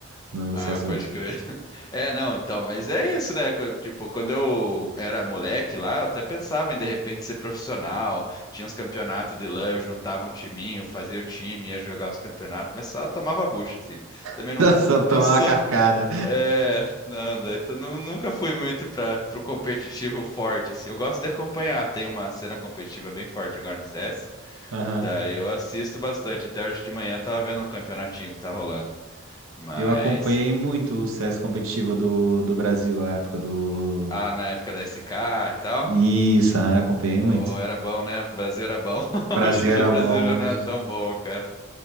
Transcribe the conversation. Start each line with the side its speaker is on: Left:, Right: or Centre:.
Right: no
Left: Ah,
Right: CS:GO.
Left: pode crer. <laughs> É, não, então, mas é isso, né? Co- Tipo, quando eu era moleque lá, eu até pensava em de repente ser profissional. Tinha uns campeonatos de lã, eu juntava um timinho, fazia o time, ia jogar os campeonatos, mas só tomava bucha, assim. Também
Right: <laughs>
Left: não,
Right: Só tomar
Left: não sou.
Right: uma carcada.
Left: <laughs> É, não, daí tu nu- nunca fui muito para pro competitivo forte, assim. Eu gosto de acompanhar, tem uma cena competitiva bem forte agora no CS.
Right: Aham.
Left: Daí eu assisto bastante. Até hoje de manhã eu tava vendo um campeonatinho que tá rolando. Mas
Right: Eu acompanhei muito o CS competitivo do, do Brasil, a época do.
Left: Ah, na época da SK e tal.
Right: Isso, aham, acompanhei muito.
Left: Oh, era bom, né? O Brasil era bom. <laughs>
Right: Brasil
Left: Hoje em dia
Right: era
Left: o Brasil
Right: bom
Left: já
Right: hoje.
Left: não é tão bom, cara.